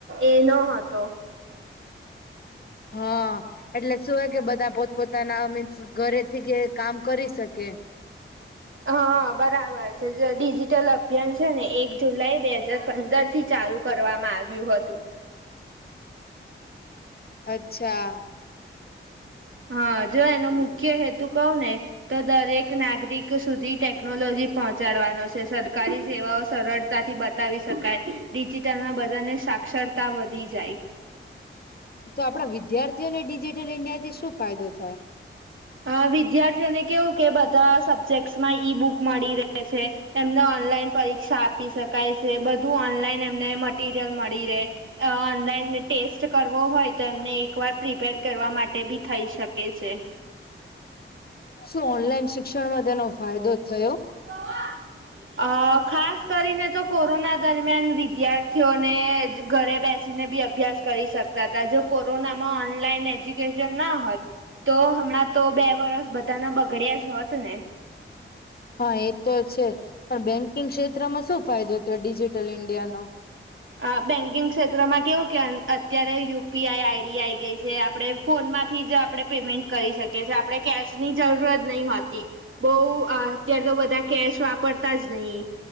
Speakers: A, on the right; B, on the left.
A: એ નો હતો
B: હા એટલે શું હોય કે બધા પોતપોતાના મીન્સ ઘરેથી કે કામ કરી શકે
A: હા બરાબર છે જે ડિજિટલ અભિયાન છે ને એક જુલાઈ બે હજાર પંદર થી ચાલુ કરવામાં આવ્યું હતું
B: અચ્છા
A: હા જો એનો મુખ્ય હેતુ કહું ને તો દરેક નાગરિક સુધી ટેકનોલોજી પહોંચાડવાનો છે સરકારી સેવાઓ સરળતાથી બધા બતાવી શકાય ડિજિટલમાં બધાને સાક્ષરતા વધી જાય
B: તો આપણા વિદ્યાર્થીઓને ડિજિટલ ઇન્ડિયા થી શું ફાયદો થાય
A: અ વિદ્યાર્થીઓને કેવું કે બધા સબ્જેક્ટસમાં ઈ બુક મળી રહે છે એમને ઓનલાઈન પરીક્ષા આપી શકાય છે બધું ઓનલાઈન એમને મટીરીયલ મળી રહે ઓનલાઈન ટેસ્ટ કરવો હોય તો એમને એક વાર પ્રિપેર કરવા માટે પણ થઈ શકે છે
B: શું ઓનલાઈન શિક્ષણમાં તેનો ફાયદો થયો
A: વાવા અ ખાસ કરીને તો કોરોના દરમિયાન વિદ્યાર્થીઓને ઘરે બેસ અભ્યાસ કરી શકતા હતા કોરોનામાં ઓનલાઈન એજ્યુકેશન ના હોત તો હમણાં તો બે વરસ બધાના બગડ્યા જ હોત ને
B: હા એ તો છે બેંકિંગ ક્ષેત્રમાં શું ફાયદો ડિજિટલ ઈન્ડિયાનો
A: અ બેન્કિંગ ક્ષેત્રમાં કેવું કે અત્યારે યુપીઆઈ આઈડી આઈ ગઈ છે આપણે ફોનમાંથી જ આપણે પેમેન્ટ કરી શકીએ છીએ આપણે કેસ ની જરૂરત નહી હોતી બઉ અત્યારે તો બધા કેશ વાપરતા જ નહી